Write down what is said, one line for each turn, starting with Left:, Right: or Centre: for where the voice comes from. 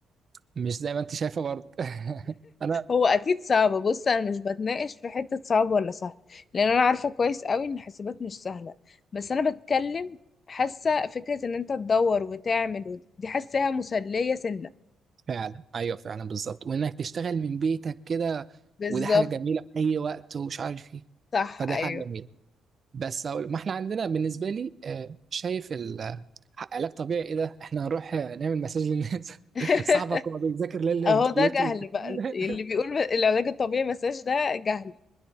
Right: مش زي ما انت شايفه برضه <laughs> انا
Left: هو اكيد صعب بص انا مش بتناقش في حته صعب ولا سهل لان انا عارفه كويس قوي ان حاسبات مش سهله بس انا بتكلم حاسه فكره ان انت تدور وتعمل وت- دي حاساها مسليه سنه
Right: فعلا ايوه فعلا بالظبط وانك تشتغل من بيتك كده
Left: بالظبط
Right: وده حاجه جميله في اي وقت ومش عارف ايه
Left: صح
Right: فده
Left: ايوه
Right: حاجه جميله بس أقول ما احنا عندنا بالنسبه لي آه، شايف ال- آه، علاج طبيعي ايه ده احنا هنروح آه، نعمل مساج للناس
Left: <laughs>
Right: <laughs> صاحبك هو بيذاكر ليله
Left: اهو ده
Right: ليله
Left: جهل
Right: الامتحان
Left: بقى اللي بيقول العلاج الطبيعي مساج ده جهل